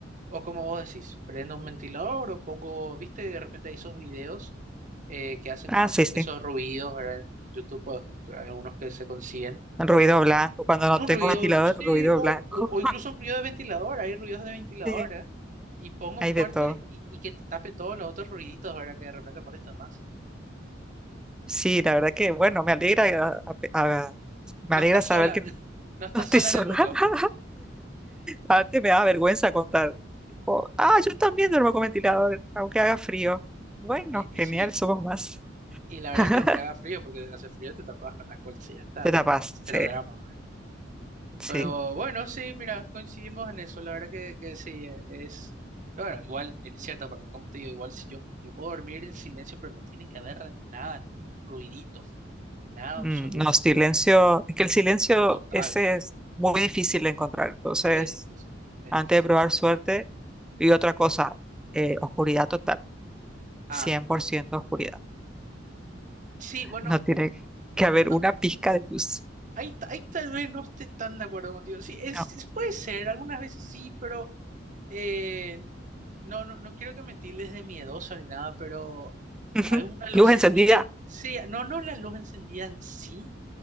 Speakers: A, on the right; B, in the centre.
A: o como vos decís, prendo un ventilador o pongo, viste, de repente hay esos videos eh, que hacen
B: Ah,
A: como
B: sí,
A: ese-
B: sí.
A: esos ruidos, ¿verdad? En YouTube pues, hay algunos que se consiguen.
B: Ruido blanco, cuando no
A: Un
B: tengo
A: ruido,
B: ventilador,
A: sí,
B: ruido
A: o,
B: blanco,
A: o, o incluso un ruido de ventilador, hay ruidos de ventilador,
B: <laughs> Sí,
A: ¿eh? Y pongo
B: hay
A: fuerte
B: de todo.
A: y, y que te tape todos los otros ruiditos, ¿verdad? Que de repente molestan más.
B: Sí, la verdad que, bueno, me alegra, a- a- a- me
A: No
B: alegra
A: estás
B: saber
A: sola,
B: que <laughs>
A: <laughs> no estás
B: no estoy
A: sola
B: sola.
A: en el mundo.
B: <laughs> Antes me daba vergüenza contar. tipo, ah, yo también duermo con ventilador, aunque haga frío. Bueno,
A: Y, y
B: genial,
A: sí,
B: somos más.
A: Y la verdad
B: <laughs>
A: que aunque haga frío, porque hace frío te tapas con la colcha y ya está,
B: Te
A: ¿no?
B: tapas,
A: Cero
B: sí,
A: drama, ¿verdad?
B: sí.
A: Pero bueno, sí, mira, coincidimos en eso, la verdad que, que sí, eh, es... Bueno, igual en cierta parte, como te digo, igual si yo, yo puedo dormir en silencio, pero no tiene que haber nada, ni un ruidito, nada
B: Mm,
A: absoluto,
B: no, silencio, es que el silencio
A: total.
B: ese es muy difícil de encontrar. Entonces,
A: Sí, es difícil, es
B: antes
A: difícil.
B: de probar suerte, y otra cosa, eh, oscuridad total.
A: Ah,
B: cien por ciento oscuridad.
A: sí, bueno,
B: No tiene que haber
A: no,
B: una pizca de luz.
A: ahí, ta- ahí tal vez no esté tan de acuerdo contigo. Sí, es,
B: No.
A: es- puede ser, algunas veces sí, pero... Eh, no, no, no quiero que me tildes de miedoso ni nada, pero
B: <laughs>
A: alguna lucecita,
B: Luz encendida.
A: sí, no, no la luz encendida en sí,